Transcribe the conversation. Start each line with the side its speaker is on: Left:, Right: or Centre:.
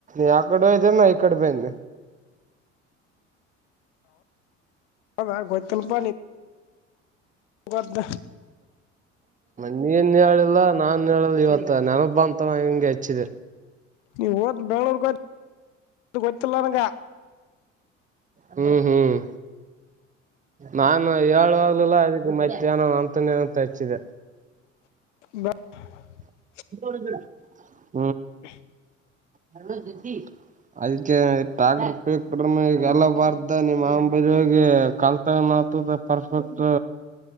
Right: ಯಕಡೆ ವಯತ ನ ಇಕಡೆ ಬಂದ
Left: ಹ ಗತಲು ಪ ಬ
Right: ನೀನ್ ಹೇಳಿಲ್ಲ ನಾನ್ ಹೇಳಿಲ್ಲ ಇವತ್ತ ನೆನಪ ಅಂತ ಹೆಂಗೆ ಹೆಚ್ಚ ಇದ
Left: ನೀ ಓದ ಬೆಂಳೂರುತ್ತರ್ಲ್ಲಾರಂಗ
Right: ಹ್ಮ್ ಹ್ಮ್ ನಾನ್ು ಳ್ ಅದಕ್ಕೆ ಮಧ್ಯಾಹ್ನ ಅಂತನೇ ಅಂತ ಹಚ್ಚಿದೆ.
Left: <unintelligible>
Right: <inaudible>
Left: <inaudible>
Right: ಹಲೋ ದದ್ದಿ ಅದಕ್ಕೆ <unintelligible> ಈಗಲ್ಲ ಬರ್ತೆ ನಿಮ್ ಅಂಬಜೋಗಿ ಕಲ್ತ ಪರ್ಫೆಕ್ಟ್